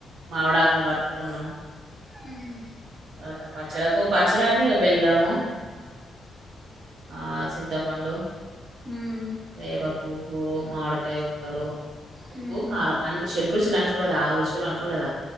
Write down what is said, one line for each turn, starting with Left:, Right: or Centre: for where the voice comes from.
Right: మావిడాకులు కట్టుకున్నాం
Centre: ఉమ్
Right: తర్వాత పచ్చడకు పచ్చడ అంటే ఇక బెళ్ళము ఆ చింతపండు
Centre: హ్మ్
Right: వేప పువ్వు మామిడికాయ ఒక్కలు ఉప్పు
Centre: హ్మ్
Right: కారం అన్ని షెడ్ రుచులు అంటరు కదా ఆరు రుచులు అంటరు కదా